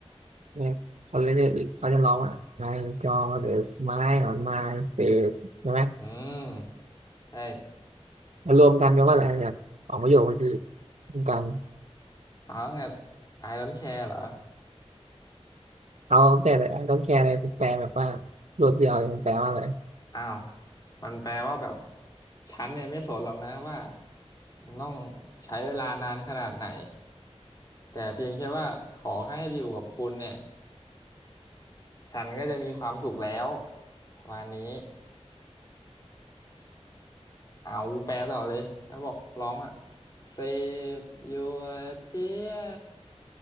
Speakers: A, on the right (about 80°); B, on the left (about 30°).
A: เนี่ยเขาเรียกเขาจะร้องว่าไอจอ the smile on my face ใช่ไหม
B: อืมใช่
A: แล้วรวมกันแปลว่าอะไรแบบสองประโยคเมื่อกี้รวมกัน
B: อ๋อไง I don't care เหรอ
A: เอาแต่ละไอ้ต้องแคร์อะไรแปลแบบว่ารวดเดียวเลยมันแปลว่าอะไร
B: อ้าว มันแปลว่าแบบฉันเนี่ยไม่สนหรอกนะว่ามันต้องใช้เวลานานขนาดไหนแต่เพียงแค่ว่าขอแค่ให้อยู่กับคุณเนี่ยฉันก็จะมีความสุขแล้วประมาณนี้เอาแปลต่อเลยแล้วบอกร้องว่า Save your tear